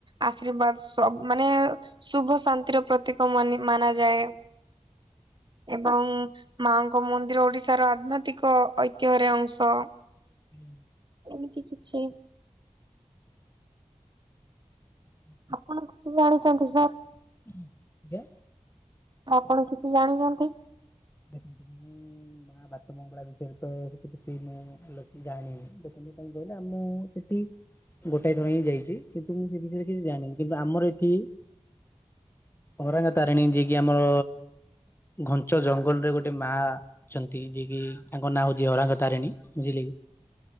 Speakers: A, on the right (about 40°); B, on the left (about 20°).
A: ଆଶୀର୍ବାଦ ସବୁ ମାନେ ଶୁଭ ଶାନ୍ତିର ପ୍ରତୀକ ମାନେ। ମାନାଯାଏ ଏବଂ। ମାଙ୍କ ମନ୍ଦିର ଓଡିଶାର ଆଧ୍ୟାତ୍ମିକ ଐତିହରେ ଅଂଶ।
B: ହୁଁ।
A: ଏମିତି କିଛି।
B: ହୁଁ ହୁଁ।
A: ଆପଣ କିଛି ଜାଣିଛନ୍ତି ସାର୍?
B: ହୁଁ ହୁଁ ଯେ।
A: ଆପଣ କିଛି ଜାଣିନାହାନ୍ତି?
B: ଦେଖନ୍ତୁ ମୁଁ ମା ବାଟମଙ୍ଗଳା ବିଷୟରେ ତ ସେତେ କିଛି ମୁଁ। ଭଲକି ଯାଣିନି ଲୋକଙ୍କୁ କଣ କହିଲେ ଆ ମୁଁ ସେଠି। ଗୋଟାଏ ଥର ହିଁ ଯାଇଚି କିନ୍ତୁ ମୁଁ ସେ ବିଷୟରେ କିଛି ଜାଣିନି କିନ୍ତୁ ଆମର ଏଠି। ଅରାଙ୍ଗା ତାରେଣୀ ଯିଏକି ଆମର ଘଞ୍ଚ ଜଙ୍ଗଲ। ରେ ଗୋଟେ ମା ଛନ୍ତି ଯିଏକି ତାଙ୍କ ନାଁ ହଉଛି ଅରାଙ୍ଗ ତାରେଣୀ। ବୁଝିଲି କି